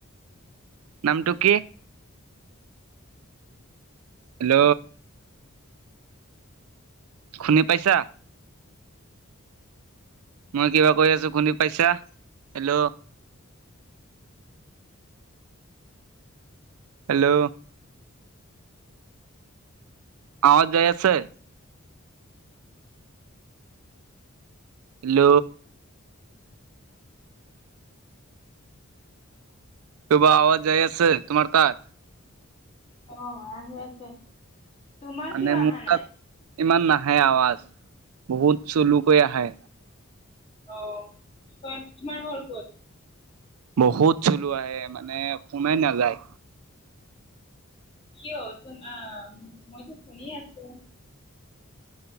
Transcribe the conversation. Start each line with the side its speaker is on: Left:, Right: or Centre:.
Right: নামটো কি? হেল্ল'! শুনি পাইছা? মই কিবা কৈ আছোঁ শুনি পাইছা? হেল্ল'! হেল্ল'! আৱাজ যাই আছে? হেল্ল'! কিবা আৱাজ যাই আছে তোমাৰ তাত?
Left: অ', আহি আছে। তোমাৰ
Right: মানে
Left: কিয় অহা
Right: মোৰ
Left: নাই?
Right: তাত ইমান নাহে আৱাজ, বহুত চুলুকৈ আহে।
Left: অ', <unintelligible> তোমাৰ ঘৰ ক'ত?
Right: বহুত চোলো আহে মানে, শুনাই নাযায়।
Left: কিয় চোন আ, মইতো শুনি আছোঁ।